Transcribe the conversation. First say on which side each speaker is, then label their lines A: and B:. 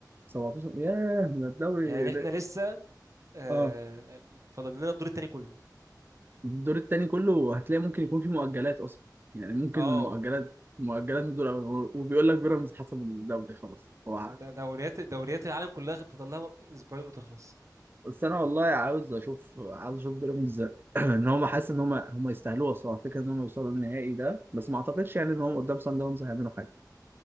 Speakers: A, on the right; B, on the right.
A: 17 ياه ده الدوري
B: يعني احنا لسه آه
A: اه
B: فاضل لنا الدور التاني كله
A: الدور التاني كله هتلاقي ممكن يكون فيه مؤجلات اصلا يعني ممكن
B: اه
A: مؤجلات مؤجلات من دول وبيقول لك بيراميدز حسب الدوري خلاص هو عارف.
B: ده دوريات دوريات العالم كلها فاضل لها اسبوعين وتخلص
A: بس انا والله عاوز اشوف عاوز اشوف بيراميدز <clears throat> ان هم حاسس ان هم هم يستاهلوها الصراحه فكره ان هم يوصلوا النهائي ده بس ما اعتقدش يعني ان هم قدام سان داونز هيعملوا حاجه